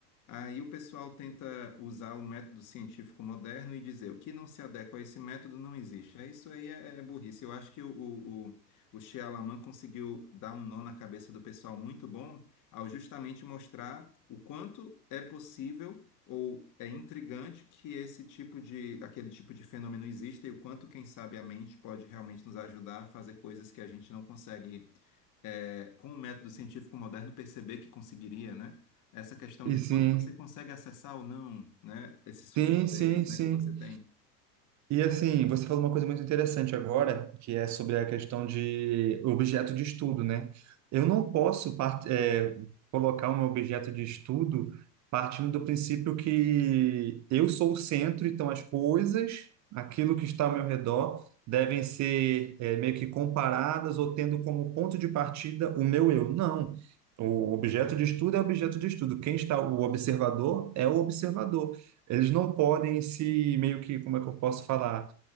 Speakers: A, on the left; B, on the right.
A: Aí o pessoal tenta usar o método científico moderno e dizer o que não se adequa a esse método não existe. É, Isso aí é, é burrice. Eu acho que o, o, o o Shyamalan conseguiu dar um nó na cabeça do pessoal muito bom ao justamente mostrar o quanto é possível ou é intrigante que esse tipo de, aquele tipo de fenômeno exista e o quanto, quem sabe, a mente pode realmente nos ajudar a fazer coisas que a gente não consegue, é, com o método científico moderno, perceber que conseguiria, né? Essa questão de
B: e sim.
A: quando você consegue acessar ou não, né? Esses superpoderes,
B: Sim, sim, sim.
A: né, que você tem.
B: E assim, você falou uma coisa muito interessante agora, que é sobre a questão de objeto de estudo, né? Eu não posso part- eh, colocar um objeto de estudo partindo do princípio que eu sou o centro, então as coisas, aquilo que está ao meu redor, devem ser eh, meio que comparadas ou tendo como ponto de partida o meu eu. Não. O objeto de estudo é objeto de estudo. Quem está, o observador é o observador eles não podem se meio que, como é que eu posso falar?